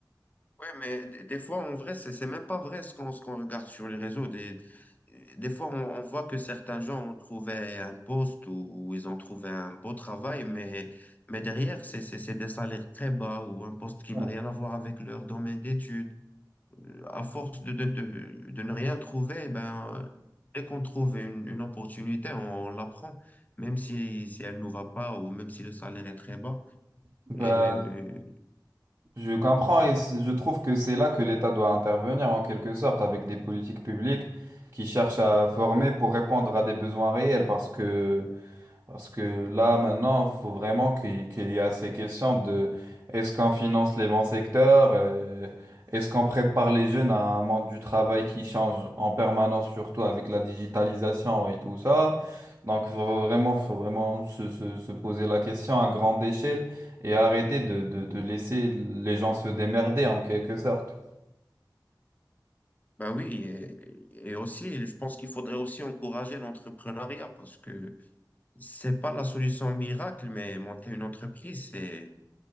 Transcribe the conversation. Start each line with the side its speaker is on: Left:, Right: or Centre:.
Left: Ouais, mais des des fois, en vrai, c'est c'est même pas vrai ce qu'on ce qu'on regarde sur les réseaux. Des, des fois, on, on voit que certains gens ont trouvé un poste ou, ou ils ont trouvé un beau travail, mais, mais derrière, c'est c'est- c'est des salaires très bas ou un poste qui
Right: Ouais.
Left: n'a rien à voir avec leur domaine d'études. Euh, À force de, de, de, de ne rien trouver, eh ben, euh, dès qu'on trouve une, une opportunité, on, la prend, même si, si elle ne nous va pas ou même si le salaire est très bas.
Right: Bah,
Left: Et
Right: Je comprends et c- je trouve que c'est là que l'État doit intervenir en quelque sorte avec des politiques publiques qui cherchent à former pour répondre à des besoins réels parce que parce que là, maintenant, il faut vraiment qu'il qu'il y a ces questions de est-ce qu'on finance les bons secteurs, euh, est-ce qu'on prépare les jeunes à un monde du travail qui change en permanence, surtout avec la digitalisation et tout ça. Donc, faut vraiment, faut vraiment se, se, se poser la question à grande échelle et arrêter de, de, de laisser les gens se démerder en quelque sorte.
Left: Ben oui, et, et aussi, je pense qu'il faudrait aussi encourager l'entrepreneuriat parce que c'est pas la solution miracle, mais monter une entreprise, c'est,